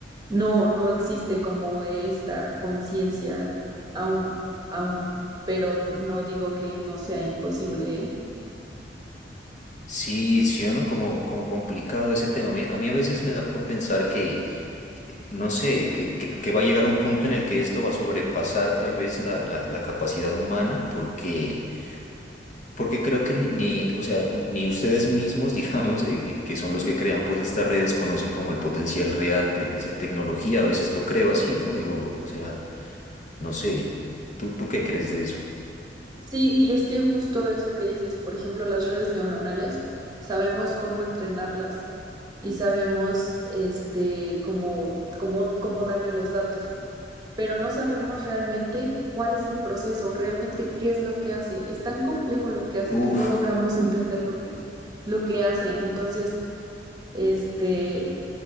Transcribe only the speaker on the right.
no, no existe como esta conciencia aún, aún, pero no digo que no sea imposible, ¿eh?
Sí, y es que justo eso que dices, por ejemplo, las redes neuronales, sabemos cómo entrenarlas y sabemos este cómo, cómo, cómo darle los datos, pero no sabemos realmente cuál es el proceso, realmente qué es lo que hace. Es tan complejo lo que hace
que no logramos entender lo que, lo que hace. Entonces, este,